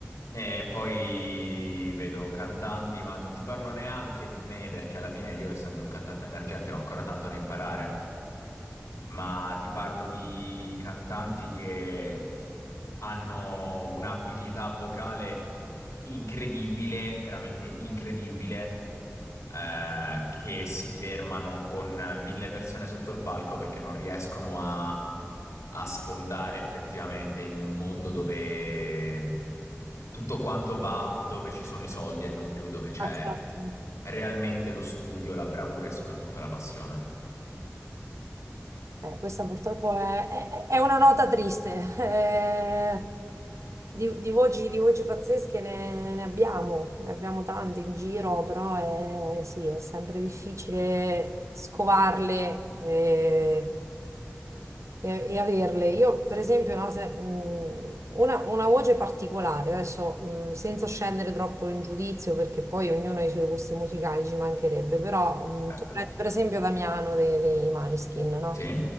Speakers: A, on the left (about 85°); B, on the right (about 70°).
A: E poi vedo cantanti, ma non ti parlo neanche di me perché alla fine io, essendo un cantante emergente, ho ancora tanto da imparare ma ti parlo di cantanti che hanno un'abilità vocale incredibile, veramente incredibile, eh, che si fermano con mille persone sotto il palco perché non riescono a, a sfondare effettivamente in un mondo dove tutto quanto va dove ci sono i soldi e non più dove c'è
B: Ah, certo.
A: realmente lo studio, la bravura e soprattutto la passione.
B: Eh, questa purtroppo è, è- è una nota triste. <laughs> Eh, di, di voci, di voci pazzesche ne, ne abbiamo, ne abbiamo tante in giro, però è, sì, è sempre difficile scovarle. eh, e, e averle. Io, per esempio, no, se- mh, una, una voce particolare, adesso mh, senza scendere troppo in giudizio, perché poi ognuno ha i suoi gusti musicali, ci mancherebbe, però mh,
A: Certo.
B: tu prendi per esempio Damiano dei, dei Maneskin, no?
A: Sì.